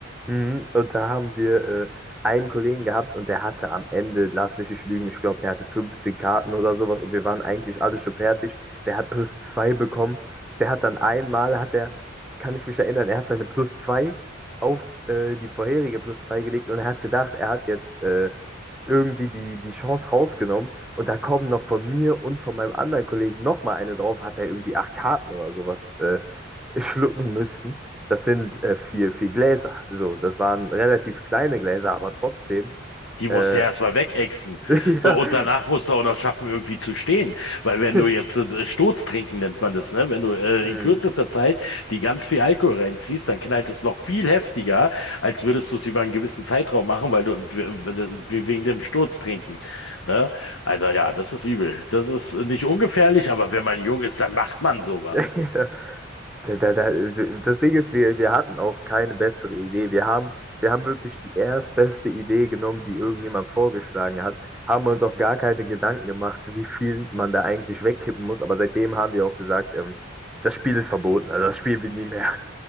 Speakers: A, in the centre; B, on the left (about 75°).
A: Mhm, Und da haben wir äh, einen Kollegen gehabt und der hatte am Ende, lass mich nicht lügen, ich glaube, der hatte 15 Karten oder sowas und wir waren eigentlich alle schon fertig. Der hat plus zwei bekommen. Der hat dann einmal, hat er, kann ich mich erinnern, er hat seine plus zwei auf äh, die vorherige plus zwei gelegt und er hat gedacht, er hat jetzt äh, irgendwie die, die Chance rausgenommen. Und da kommen noch von mir und von meinem anderen Kollegen nochmal eine drauf, hat er irgendwie acht Karten oder sowas äh, <laughs> schlucken müssen. Das sind äh, vier, vier Gläser. So, das waren relativ kleine Gläser, aber trotzdem.
B: Die musst
A: Äh,
B: du erstmal wegexen.
A: <laughs>
B: So,
A: ja.
B: und danach musst du auch noch schaffen, irgendwie zu stehen. Weil wenn
A: <laughs>
B: du jetzt äh, Sturz trinken nennt man das, ne? Wenn du äh,
A: Hm.
B: in kürzester Zeit die ganz viel Alkohol reinziehst, dann knallt es noch viel heftiger, als würdest du es über einen gewissen Zeitraum machen, weil du w- w- wegen dem Sturz trinken. Ne? Also ja, das ist übel. Das ist äh, nicht ungefährlich, aber wenn man jung ist, dann macht man sowas.
A: <laughs> Da, da, da, das Ding ist, wir, wir hatten auch keine bessere Idee. Wir haben, wir haben wirklich die erstbeste Idee genommen, die irgendjemand vorgeschlagen hat, haben uns auch gar keine Gedanken gemacht, wie viel man da eigentlich wegkippen muss. Aber seitdem haben wir auch gesagt, ähm, das Spiel ist verboten, also das spielen wir nie mehr.